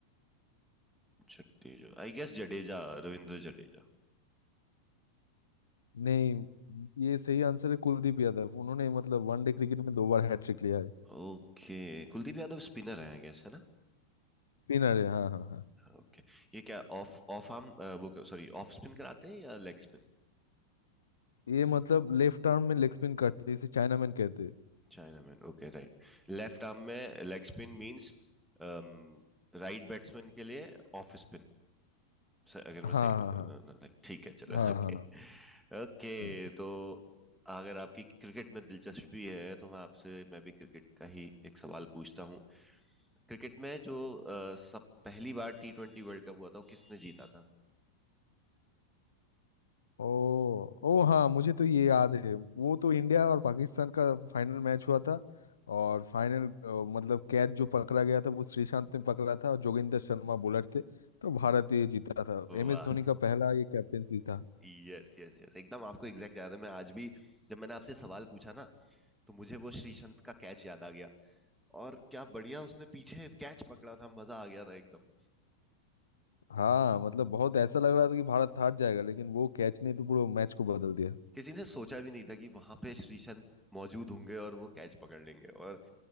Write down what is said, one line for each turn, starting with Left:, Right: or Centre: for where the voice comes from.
Centre: Jadeja I guess Jadeja Ravindra Jadeja
Left: नहीं ये सही आंसर है कुलदीप यादव उन्होंने मतलब वनडे क्रिकेट में दो बार हैट्रिक लिया है
Centre: Okay Kuldeep Yadav spinner है आई गेस है ना
Left: स्पिनर है हाँ हाँ हाँ
Centre: ओके ये क्या ऑफ ऑफ आर्म वो सॉरी ऑफ स्पिन कराते हैं या leg spin
Left: ये मतलब लेफ्ट आर्म में लेग स्पिन करते हैं इसे चाइनामैन कहते हैं
Centre: Chinaman okay right Left arm में leg spin means right batsman के लिए ऑफ स्पिन अगर मैं
Left: हाँ
Centre: सही
Left: हाँ
Centre: बता
Left: हाँ
Centre: ठीक है चलो
Left: हाँ
Centre: ओके
Left: हाँ हाँ
Centre: ओके
Left: हाँ।
Centre: तो अगर आपकी क्रिकेट में दिलचस्पी है तो मैं आपसे मैं भी क्रिकेट का ही एक सवाल पूछता हूँ क्रिकेट में जो अ, सब पहली बार टी ट्वेंटी वर्ल्ड कप हुआ था वो किसने जीता था
Left: ओ ओ हाँ मुझे तो ये याद है वो तो इंडिया और पाकिस्तान का फाइनल मैच हुआ था और फाइनल अ, मतलब कैच जो पकड़ा गया था वो श्रीशांत ने पकड़ा था और जोगिंदर शर्मा बॉलर थे तो भारत ये जीता था एम
Centre: वाह
Left: एस धोनी का पहला ये कैप्टेंसी था
Centre: यस यस यस एकदम आपको एग्जैक्ट याद है मैं आज भी जब मैंने आपसे सवाल पूछा ना तो मुझे वो श्रीसंत का कैच याद आ गया और क्या बढ़िया उसने पीछे कैच पकड़ा था मजा आ गया था एकदम
Left: हाँ मतलब बहुत ऐसा लग रहा था कि भारत हार जाएगा लेकिन वो कैच ने तो पूरा मैच को बदल दिया
Centre: किसी ने सोचा भी नहीं था कि वहां पे श्रीसंत मौजूद होंगे और वो कैच पकड़ लेंगे और